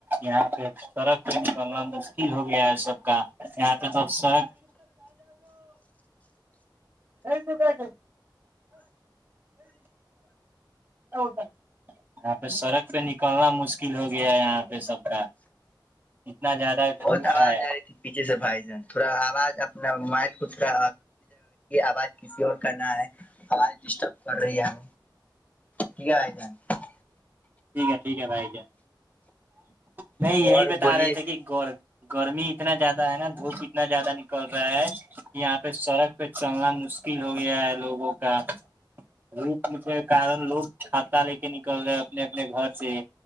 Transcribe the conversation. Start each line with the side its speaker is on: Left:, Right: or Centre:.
Right: یہاں پہ سڑک پہ نکلنا مشکل ہو گیا ہے سب کا یہاں پہ س س یہاں پہ سڑک پہ نکلنا مشکل ہو گیا یہاں پہ سب کا اتنا زیادہ
Left: بہت
Right: دھوپ
Left: آواز
Right: ہے
Left: آ رہی تھی پیھے سے بھائی تھوڑا آواز اپنا مائل کا جا آواز کسی اور کا نہ ہے آواز ڈسٹرب کر رہی ہم ٹھیک ہے ہے تھ
Right: ٹھیک ہے ٹھیک ہے بھائی ج نہیں
Left: تو
Right: یہی
Left: اور
Right: بتا
Left: بولیے
Right: رہے تھے کہ گور گرمی اتنا زیادہ ہے نا دھوپ اتنا زیادہ نکل رہا ہے کہ یہاں پہ سڑک پہ چلنا مشکل ہو گیا ہے لوگوں کا دوپ کے کارن لوگ چھاتات ل نکل رہے اپنے اپنے گھر سے